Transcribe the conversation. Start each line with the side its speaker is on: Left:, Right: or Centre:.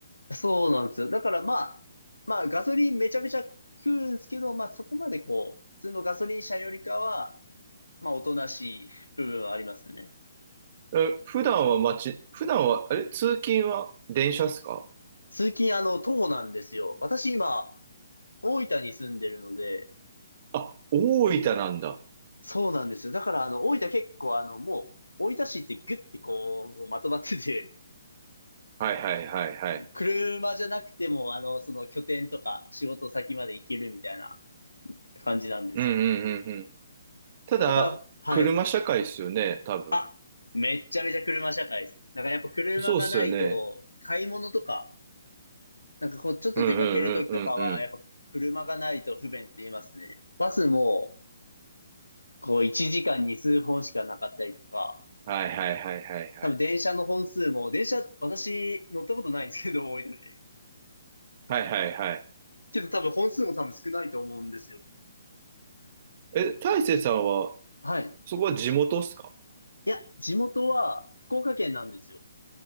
Left: そうなんですよ。だからまあ、まあガソリンめちゃめちゃ食うんですけど、まあそこまでこう、普通のガソリン車よりかは、まあおとなしい部分はありますね。
Right: え、普段は街、普段は、あれ、通勤は電車っすか
Left: 通勤あの、徒歩なんですよ。私今、大分に住んでるので、
Right: あ、大分なんだ。
Left: そうなんですよ。だからあの、大分結構あの、もう、大分市ってグッてこう、まとまってて、
Right: はいはいはいはい。
Left: 車じゃなくても、あの、その拠点とか仕事先まで行けるみたいな感じなんですよ。
Right: うんうんうんただ、
Left: だから、はい。
Right: 車社会ですよね、多分。
Left: あ、めっちゃめちゃ車社会です。だからやっぱ車がないと、
Right: そうっすよね。
Left: 買い物とか、なんかこう、ちょっと出かけるときとかは、
Right: うんうんうんうんうん。
Left: やっぱ車がないと不便って言いますね。バスも、こう、1時間に数本しかなかったりとか、
Right: はいはいはいはいはい。
Left: 多分電車の本数も、電車、私乗ったことないんですけど、多いので。
Right: はいはいはい。
Left: けど多分本数も多分少ないと思うんですよ。
Right: え、大成さんは、
Left: はい。
Right: そこは地元っすか
Left: いや、地元は福岡県なんですよ。